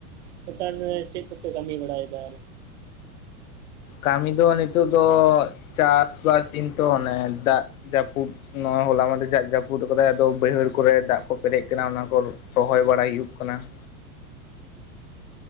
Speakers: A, on the right; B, on the left.
A: ᱱᱮᱛᱟᱨ ᱨᱮ ᱪᱮᱫ ᱠᱚᱯᱮ ᱠᱟᱹᱢᱤ ᱵᱟᱲᱟᱭᱮᱫᱟ?
B: ᱠᱟᱹᱢᱤ ᱫᱚ ᱱᱤᱛᱚᱜ ᱫᱚ ᱪᱟᱥᱵᱟᱥ ᱫᱤᱱ ᱛᱚ ᱚᱱᱮ ᱫᱟᱜ ᱡᱟᱹᱯᱩᱫᱼᱼ ᱱᱚᱣᱟ ᱦᱚᱞᱟ ᱢᱟᱫᱮᱨ ᱡᱟ ᱡᱟᱹᱯᱩᱫ ᱟᱠᱟᱫᱟᱭ ᱟᱫᱚ ᱵᱟᱹᱭᱦᱟᱹᱲ ᱠᱚᱨᱮ ᱫᱟᱜ ᱠᱚ ᱯᱮᱨᱮᱡ ᱟᱠᱟᱱᱟ ᱚᱱᱟ ᱠᱚᱼᱼ ᱨᱚᱦᱚᱭ ᱵᱟᱲᱟᱭ ᱦᱩᱭᱩᱜ ᱠᱟᱱᱟ ᱾